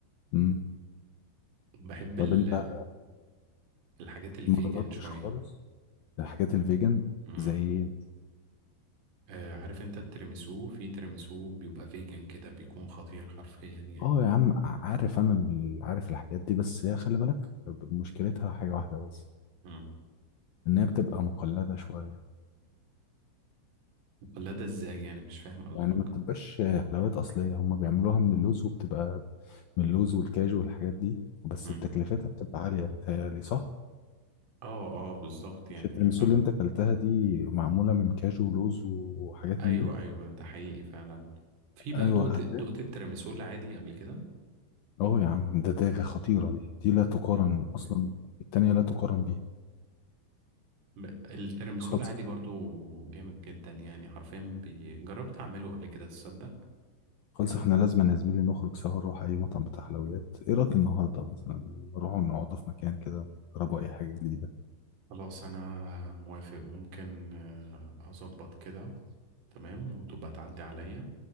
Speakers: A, on the left; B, on the right.
A: امم
B: بحب
A: طب
B: ال-
A: انت
B: الحاجات الفيجن
A: ما جربتش
B: شوية
A: خالص الحاجات الفيجن
B: مم.
A: زي إيه؟
B: آه عارف انت التيراميسو في تيراميسو بيبقى فيجن كده بيكون خطير حرفيا يعني
A: اه يا عم ع- عارف انا ال- عارف الحاجات دي بس هي خلي بالك مشكلتها حاجة واحدة بس
B: مم.
A: ان هي بتبقى مقلدة شوية
B: ولا ده ازاي يعني مش فاهم قصدك
A: يعني ما بتبقاش حلويات اصلية هما بيعملوها من اللوز وبتبقى من اللوز والكاجو والحاجات دي بس
B: مم.
A: بتكلفتها بتبقى عالية متهيألي صح
B: اه اه بالظبط يعني
A: مش التيراميسو
B: هي فعلا
A: اللي انت اكلتها دي معمولة من كاجو ولوز وحاجات
B: ايوه
A: من دي
B: ايوه ده حقيقي فعلا في بقى
A: ايوه
B: دقت
A: هت
B: دقت التيراميسو العادي قبل كده
A: اه يا عم ده ده خطيرة دي دي لا تقارن
B: مم.
A: اصلا التانية لا تقارن
B: ب- التيراميسو
A: بيها
B: العادي برضو جامد جدا يعني حرفيا بي... جربت اعمله قبل كده تصدق
A: خلص احنا لازم يا زميلي نخرج سوا نروح اي مطعم بتاع حلويات ايه رايك النهارده مثلا نروح نقعد في مكان كده نجربوا اي حاجه جديده
B: خلاص انا موافق ممكن آه، اظبط كده تمام وتبقى تعدي عليا